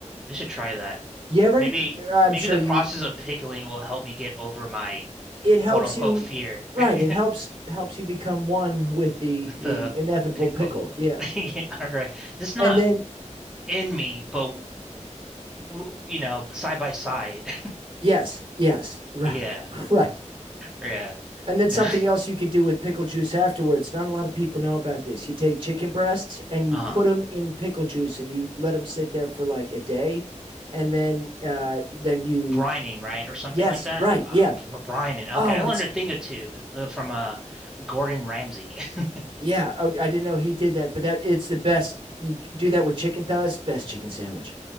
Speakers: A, in the centre; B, on the right (about 45°).
A: I should try that.
B: You ever?
A: Maybe,
B: I'm
A: maybe
B: sure
A: the
B: you.
A: process of pickling will help me get over my
B: It helps
A: quote unquote
B: you,
A: fear.
B: right?
A: <laughs>
B: It helps helps you become one with the the
A: The
B: inevitable
A: pickle.
B: pickle.
A: <laughs>
B: Yeah,
A: Yeah, All right, this
B: and
A: not
B: then
A: in me, but w- you know, side by side.
B: yes, yes, <laughs> right,
A: <laughs> Yeah,
B: right.
A: yeah.
B: And then
A: <laughs>
B: something else you could do with pickle juice afterwards. Not a lot of people know about this. You take chicken breasts and you
A: Uh-huh.
B: put them in pickle juice and you let them sit there for like a day, and then uh, then you
A: brining, right, or something
B: yes,
A: like that.
B: right,
A: Uh,
B: yeah.
A: br- brining.
B: Oh,
A: Okay, I learned
B: it's
A: a thing or two uh, uh, from uh Gordon Ramsay. <laughs>
B: yeah. oh, I didn't know he did that, but that it's the best. You do that with chicken thighs, best chicken sandwich.